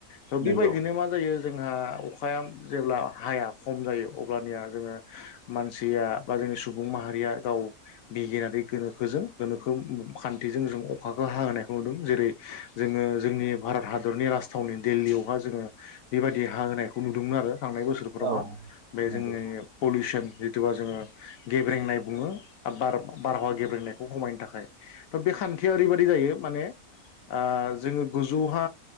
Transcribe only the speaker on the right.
नंगौ
औ
नंगौ